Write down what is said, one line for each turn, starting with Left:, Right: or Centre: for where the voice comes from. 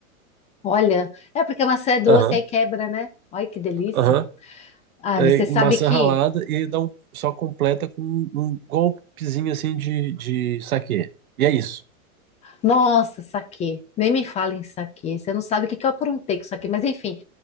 Left: Olha, é porque a maçã é doce,
Right: Aham,
Left: aí quebra, né? Olha que delícia.
Right: aham.
Left: Ah,
Right: É
Left: você sabe
Right: maçã
Left: que.
Right: ralada e dá um, só completa com um golpezinho assim de, de saquê. E é isso.
Left: Nossa, saquê. Nem me fala em saquê. Você não sabe o que que eu aprontei com saquê. Mas, enfim,